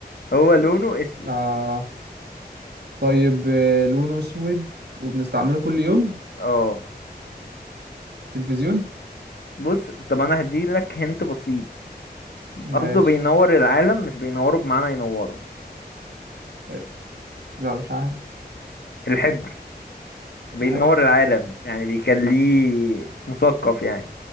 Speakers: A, on the left; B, on the right.
A: هو لونه اسود
B: آه طيب آه، لونه أسود وبنستعمله كل يوم
A: اه
B: تلفزيون
A: بص طب انا هديلك هنت بسيط
B: ماشي
A: قصده بينور العالم مش بينوره بمعنى ينوره
B: إيه، لا مش عارف
A: الحبر بينور
B: الحبر
A: العالم يعني بيخليه مثقف يعني